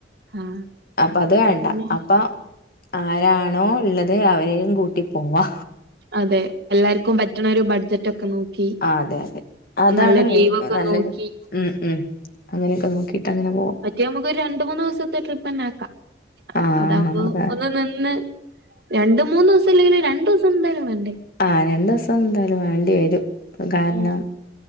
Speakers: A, on the right (about 60°); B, on the left (about 50°).
A: ആഹ്
B: അപ്പൊ അത് വേണ്ട
A: അതന്നെ
B: അപ്പൊ ആരാണോ ഉള്ളത് അവരെയും കൂട്ടി പോവാ
A: അതെ എല്ലാർക്കും പറ്റണ ഒരു ബഡ്ജറ്റ് ഒക്കെ നോ ക്കി
B: ആ അതെ അതെ അതാണ്
A: നല്ല
B: മെയിൻ
A: ലീവൊക്കൊന്നോക്കി
B: നല്ലൊരു ഉം ഉം അങ്ങനെയൊക്കെ നോക്കിട്ട് അങ്ങനെ പോ
A: മറ്റേ നമുക്കൊരു രണ്ട് മൂന്ന് ദിവസത്തെ ട്രിപ്പ് തന്നാക്കാം
B: ആ
A: അതാകുമ്പോ
B: അതെ.
A: ഒന്ന് നിന്ന് രണ്ടു മൂന്ന് ദിവസം ഇല്ലെങ്കിലും രണ്ടു ദിവസം എന്തായാലും വേണ്ടേ
B: ആഹ് രണ്ട് ദിവസം എന്തായാലും വേണ്ടി വരും കാരണം
A: ഉം